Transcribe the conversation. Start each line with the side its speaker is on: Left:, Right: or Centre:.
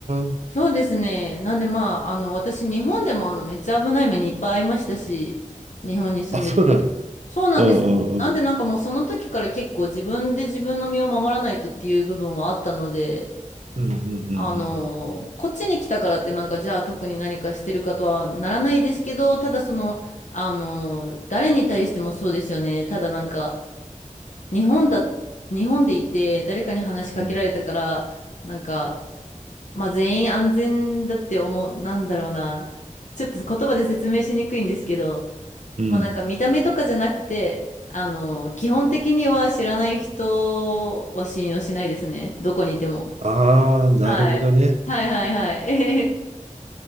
Right: な。
Left: そうですね。なんでまあ、あの、私、日本でもあの、めっちゃ危ない目にいっぱい遭いましたし、日本に住んでる時。
Right: あ、そうなの。
Left: そうなんですよ。
Right: うんうんうん。
Left: なんでなんかもうその時から結構自分で自分の身を守らないとっていう部分はあったので、
Right: うんうん
Left: あのーこっちに来たからってなんかじゃあ特に何かしてるかとはならないですけど、ただその、あのー誰に対してもそうですよね。ただなんか、日本だ、日本でいて誰かに話しかけられたから、
Right: うんうん。うん。
Left: なんか、まあ全員安全だって思う、なんだろうな。ちょっと言葉で説明しにくいんですけど、
Right: うん
Left: まあなんか見た目とかじゃなくて、あのー基本的には知らない人は信用しないですね。どこにいても。
Right: ああ、なるほどね。
Left: はい。はいはいはい。<laughs>